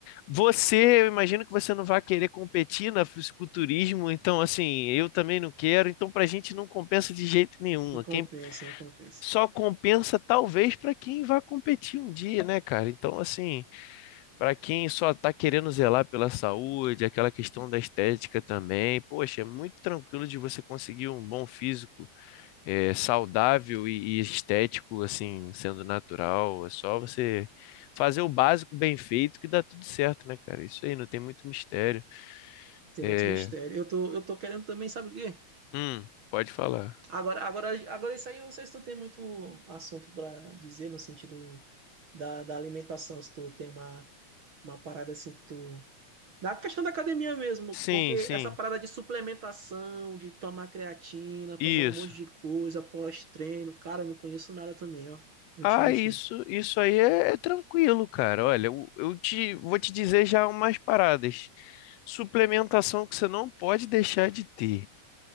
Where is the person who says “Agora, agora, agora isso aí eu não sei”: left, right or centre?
Right